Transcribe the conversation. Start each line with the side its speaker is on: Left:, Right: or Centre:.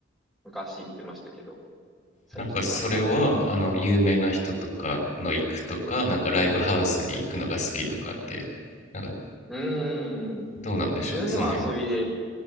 Centre: 昔行ってましたけど、最近はあんまり。
Left: なんかそれはあの有名な人とかの行くとかなんかライブハウスに行くのが好きとかってなんか
Centre: はい、うーん。
Left: どうなんでしょうその辺
Centre: 自分でも遊びで、